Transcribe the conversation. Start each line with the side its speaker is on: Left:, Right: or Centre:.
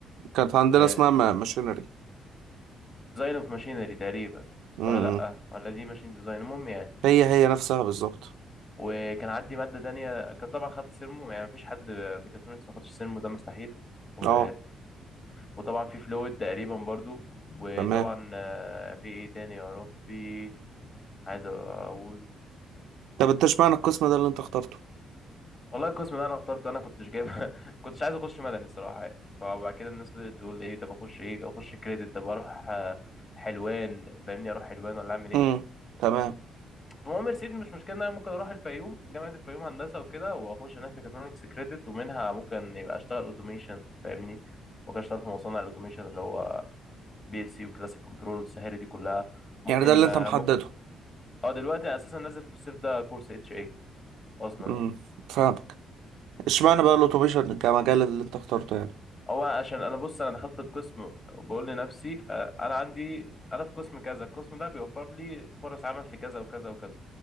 Right: كانت عندنا
Left: وديزاين
Right: اسمها ما- ماشينري
Left: اوف ماشينري تقريبا
Right: امم
Left: ولا لا ولا دي ماشين ديزاين المهم يعني
Right: هي هي نفسها بالظبط
Left: وكان عندي ماده تانية كان طبعا خدت سيرمو يعني مفيش حد ميكاترونكس ما خدش سيرمو ده مستحيل و...
Right: اه
Left: وطبعا في فلويد تقريبا برضو وطبعا
Right: تمام
Left: آه، في ايه تاني يا ربي عايز اقول
Right: طب انت اشمعنى القسم ده اللي انت اخترته
Left: والله القسم ده انا اخترته انا كنتش جايب <laughs> كنتش عايز اخش مدني الصراحه يعني فبعد كده الناس بدات تقول ايه طب اخش ايه اخش كريدت طب اروح آه، حلوان فاهمني اروح حلوان ولا اعمل ايه
Right: امم تمام
Left: فالمهم رسيت مش مشكله ان انا ممكن اروح الفيوم جامعه الفيوم هندسه وكده واخش هناك ميكاترونكس كريدت ومنها ممكن يبقى اشتغل اوتوميشن فاهمني ممكن اشتغل في مصانع الاوتوميشن اللي هو بي ال سي وكلاسيك كنترول والسهاري دي كلها ممكن
Right: يعني ده
Left: ما
Right: اللي انت محدده
Left: ممكن اه دلوقتي انا اساسا نازل في الصيف ده كورس اتش اي اصلا
Right: امم
Left: يعني
Right: فاهمك اشمعنى بقى الاوتوميشن كمجال اللي انت اخترته يعني
Left: هو عشان انا بص انا دخلت القسم وبقول لنفسي آه، انا عندي انا في قسم كذا القسم ده بيوفر لي فرص عمل في كذا وكذا وكذا